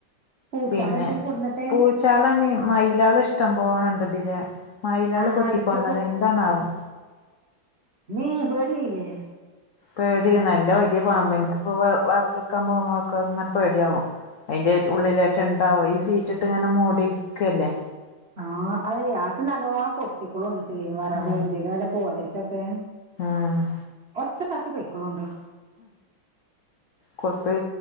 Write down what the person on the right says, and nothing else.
പൂച്ചാള്
എന്തേലും കൊടുന്നിട്ടെ
ആഹ്
ഇറ്റ
നി പേടി ആയില്ലേ
ആ അത ആത് നല്ലോണ്ണം കൊട്ടികള ഉണ്ടിട്ടില്ല വറക
എന്തേലും വല്ല കോലേറ്റൊക്കെ
ഒച്ചുണ്ടാക്കി പൊയ്ക്കോളോണ്ടു